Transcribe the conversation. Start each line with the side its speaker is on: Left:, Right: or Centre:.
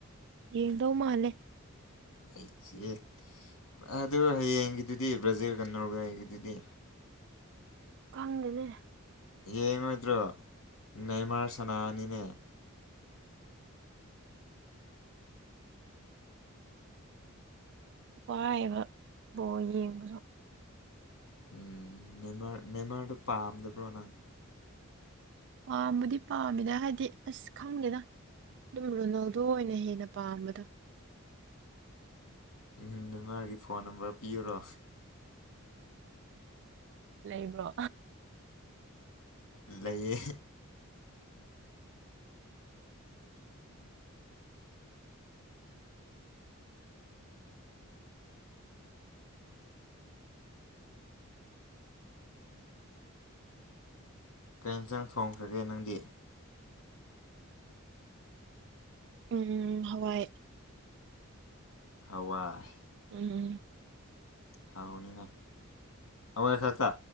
Right: ꯌꯦꯡꯗꯧ ꯃꯥꯂꯦ
Left: ꯑꯩꯆ ꯑꯗꯨ ꯍꯌꯦꯡꯒꯤꯗꯨꯗꯤ ꯕ꯭ꯔꯥꯖꯤꯜ ꯀꯟꯅꯣꯒ ꯍꯌꯦꯡꯒꯤꯗꯨꯗꯤ
Right: ꯈꯪꯗꯅꯦ
Left: ꯌꯦꯡꯉꯣꯏꯗ꯭ꯔꯣ ꯅꯩꯃꯔ ꯁꯅꯥ ꯑꯅꯤꯅꯦ
Right: ꯋꯥꯏꯕꯕꯨ ꯌꯦꯡꯕꯗ
Left: ꯎꯝ ꯅꯃꯔ ꯅꯦꯃꯔꯗꯣ ꯄꯥꯝꯗꯕ꯭ꯔꯣ ꯅꯪ
Right: ꯄꯥꯕꯨꯗꯤ ꯄꯥꯝꯃꯤꯅ ꯍꯥꯏꯗꯤ ꯑꯁ ꯈꯪꯗꯦꯅ ꯑꯗꯨꯝ ꯔꯣꯅꯥꯜꯗꯣ ꯑꯣꯏꯅ ꯍꯦꯟꯅ ꯄꯥꯝꯕꯗꯣ
Left: ꯎꯝ ꯅ ꯃꯥꯒꯤ ꯐꯣꯟ ꯅꯝꯕꯔ ꯄꯤꯌꯨꯔꯣ
Right: ꯂꯩꯕ꯭ꯔꯣ
Left: ꯂꯩꯌꯦ ꯀꯔꯤꯝꯇꯪ ꯊꯣꯡꯈ꯭ꯔꯒꯦ ꯅꯪꯗꯤ
Right: ꯎꯝ ꯍꯋꯥꯏ
Left: ꯍꯋꯥꯏ
Right: ꯎꯝ
Left: ꯍꯥꯎꯅꯤꯅꯦ ꯍꯋꯥꯏ ꯈꯛꯇ